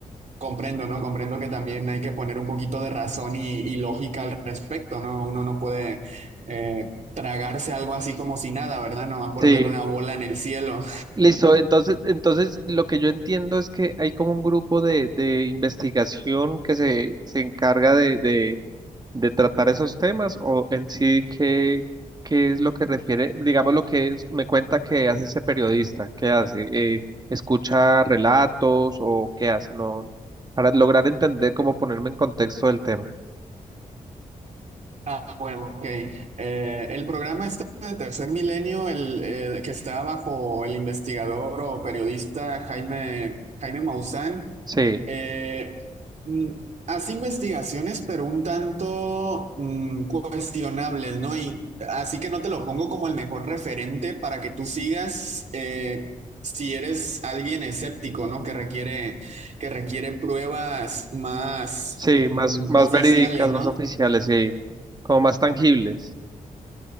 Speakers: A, on the right; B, on the right.
A: comprendo, ¿no? Comprendo que también hay que poner un poquito de razón y, y lógica al respecto, ¿no? Uno no puede eh, tragarse algo así como si nada, ¿verdad? Nomás por
B: Sí,
A: ver una bola en el cielo.
B: listo. Entonces, entonces lo que yo entiendo es que hay como un grupo de, de investigación que se, se encarga de, de, de tratar esos temas o en sí qué, qué es lo que refiere, digamos lo que es- me cuenta que hace ese periodista, qué hace, Eh, escucha relatos o qué hace, no, para lograr entender cómo ponerme en contexto del tema.
A: Ah, Bueno, ok. Eh, el programa este de Tercer Milenio, el eh, que está bajo el investigador o periodista Jaime, Jaime Maussan,
B: Sí,
A: eh, mm, hace investigaciones, pero un tanto mm, cuestionables, ¿no? Y así que no te lo pongo como el mejor referente para que tú sigas eh, si eres alguien escéptico, ¿no? Que requiere, que requiere pruebas más
B: sí,
A: mm,
B: más, más
A: oficiales,
B: verídicas,
A: ¿no?
B: más oficiales, sí, como más tangibles.